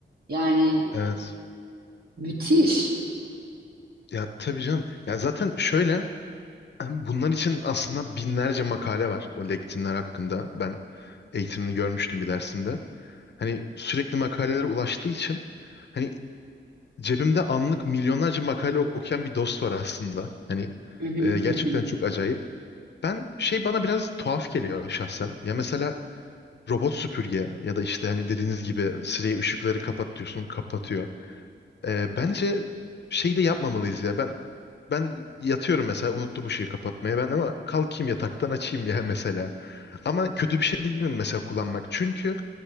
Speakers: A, on the right; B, on the left.
A: Yani
B: Evet.
A: müthiş.
B: Ya tabii canım. Ya zaten şöyle bunlar için aslında binlerce makale var o lektinler hakkında. Ben eğitimini görmüştüm bir dersimde. Hani sürekli makalelere ulaştığı için hani cebimde anlık milyonlarca makale ok- okuyan bir dost var aslında. Hani
A: Hı hı,
B: e, gerçekten
A: hı hı,
B: çok acayip. Ben şey bana biraz tuhaf geliyor şahsen. Ya mesela robot süpürge ya da işte hani dediğiniz gibi Siri'ye ışıkları kapat diyorsun kapatıyor. E, bence şey de yapmamalıyız ya. Ben ben yatıyorum mesela unuttum ışığı kapatmaya ben ama kalkayım yataktan açayım ya <laughs> mesela. Ama kötü bir şey de değilim mesela kullanmak. Çünkü